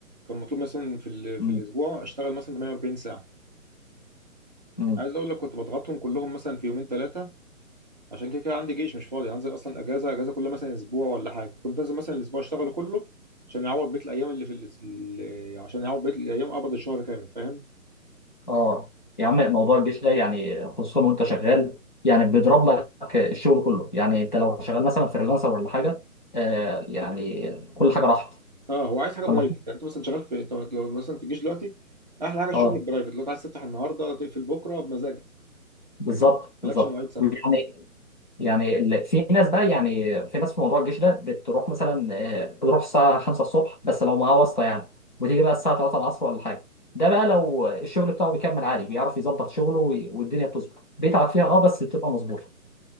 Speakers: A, on the right (about 30°); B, on the left (about 35°).
A: كان مطلوب مثلا في ال...
B: مم.
A: في الاسبوع اشتغل مثلا 48 ساعه
B: مم.
A: عايز اقول لك كنت بضغطهم كلهم مثلا في يومين ثلاثه عشان كده كده عندي جيش مش فاضي هنزل اصلا اجازه اجازه كل مثلا اسبوع ولا حاجه كنت انزل مثلا الاسبوع اشتغله كله عشان يعوض بقيه الايام اللي في ال... ال- عشان يعوض بقيه الايام قبض الشهر كامل فاهم
B: اه يا عم موضوع الجيش ده يعني خصوصا وانت شغال يعني بيضرب لك الشغل كله يعني انت لو شغال مثلا فريلانسر ولا حاجه آه يعني كل حاجه راحت
A: اه هو عايز حاجه برايفت
B: لما
A: يعني انت مثلا شغال في انت لو مثلا في الجيش دلوقتي احلى حاجه الشغل
B: اه
A: البرايفت لو أنت عايز تفتح النهارده تقفل بكره بمزاجك
B: بالظبط بالظبط
A: مالكش مواعيد ثابته
B: يعني يعني ال- في ناس بقى يعني في ناس في موضوع الجيش ده بتروح مثلا آه، بتروح الساعة 5 الصبح بس لو معاه واسطة يعني وتيجي بقى الساعة 3 العصر ولا حاجة ده بقى لو الشغل بتاعه بيكمل عادي بيعرف يظبط شغله وي- والدنيا بتظبط بيتعب فيها اه بس بتبقى مظبوطة